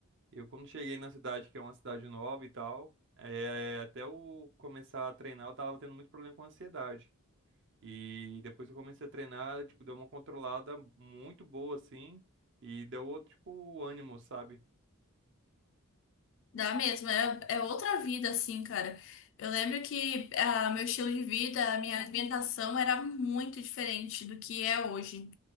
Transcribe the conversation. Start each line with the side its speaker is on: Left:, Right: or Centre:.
Right: Eu, quando cheguei na cidade, que é uma cidade nova e tal, é, até eu começar a treinar, eu tava tendo muito problema com ansiedade. E depois que eu comecei a treinar, tipo, deu uma controlada muito boa, assim, e deu outro, tipo, ânimo, sabe?
Left: Dá mesmo, é, é outra vida, assim, cara. Eu lembro que ah, meu estilo de vida, a minha alimentação era muito diferente do que é hoje.